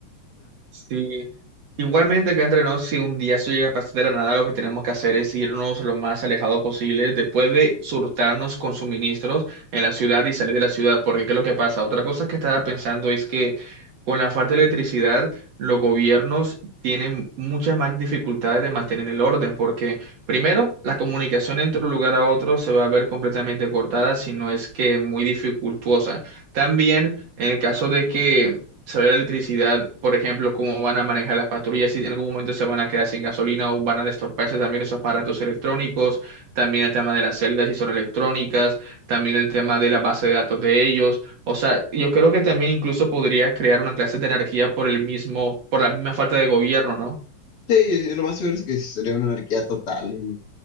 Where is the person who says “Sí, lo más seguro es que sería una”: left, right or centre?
Left